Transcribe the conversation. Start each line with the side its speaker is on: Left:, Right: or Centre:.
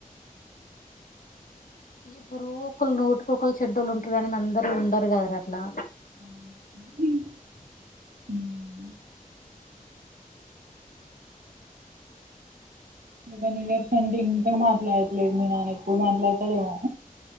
Left: ఇవరో ఒకరు నూటికొకళ్ళు చెడ్డోళ్లు ఉంటారు కానీ అందరు ఉండరు కదరా అట్లా
Right: <unintelligible> సెవెన్
Left: ఉంటారా
Right: ఇయర్స్ నుండి ఇంకా మాటల్ లైఫ్ ల మీ నాన ఎప్పుడు మాట్లాడతడోఎమో